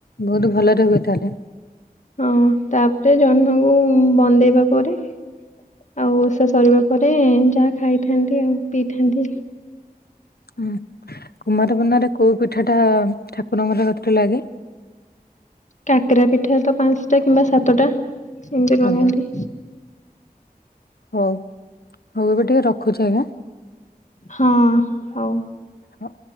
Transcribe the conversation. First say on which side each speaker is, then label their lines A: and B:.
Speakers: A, on the left (about 85°); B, on the left (about 50°).
A: ବହୁତ ଭଲରେ ହୁଏ ତାହାଲେ।
B: ହଁ ତାପରେ ଜହ୍ନକୁ ବନ୍ଦେଇବା ପରେ ଆଉ ଓଷା ସରିବା ପରେ ଯାହା ଖାଇଥାନ୍ତି ଆଉ ପିଇଥାନ୍ତି।
A: ହୁଁ କୁମାରପୂର୍ଣ୍ ରେ କୋଉ ପିଠା ଟା ଠାକୁରଙ୍କର କତିରେ ଲାଗେ।
B: କାକରା ପିଠା ତ ପାଞ୍ଚଟା କିମ୍ବା ସାତଟା ସେମିତି ଲଗାନ୍ତି।
A: ଆଜ୍ଞା ହଉ ହଉ ଏବେ ଟିକେ ରଖୁଛି ଆଜ୍ଞା।
B: ହଁ ହଉ।
A: ହଁ।